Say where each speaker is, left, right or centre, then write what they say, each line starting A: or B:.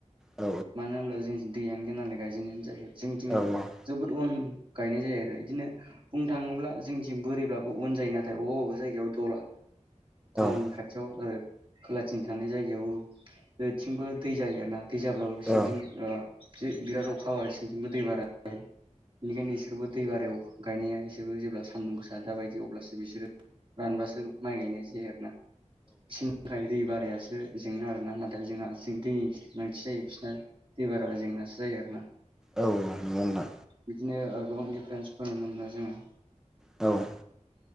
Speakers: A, in the centre; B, on the right.
A: औ
B: मानो होनब्ला जोंनिथिं दैयानो गैया नालाय गायजेननाय जायाखै जोंनिथिं
A: औ
B: जोबोद उन गायनाय जायो आरो इदिनो बुंनो थाङोब्ला जोंनि थिं बोरिब्लाबो उन जायो नाथाय अबेबा अबेबा जायगायाव दलहा टाउननि
A: औ
B: खाथि खाथियाव आरो खोलाथिं थानाय जायगायाव जेथिंबो दै जायो आरोना दै जाब्लाबो
A: औ
B: बिसोरनिथिं ओ बिराद अखा हायोबा बिसोरनिथिंबो दै बारा जायो बेनिखायनो इसोरबो दै बारायाव गायनाया बिसोरबो जेब्ला सान्दुं गोसा दाबायदि अब्लासो बिसोरो रानबासो माइ गायनाय जायो आरोना बिसोरनि थाखाय दै बारायासो जेंना आरो ना नाथाय जोंहा जों दैनि गोनांथि जायो बिसोरना दै बाराबा जेंनासो जायो आरोना
A: औ औ नंगौ नोंथां
B: बिदिनो गोबां दिफारेन्सफोर नुनो मोनो जोङो
A: औ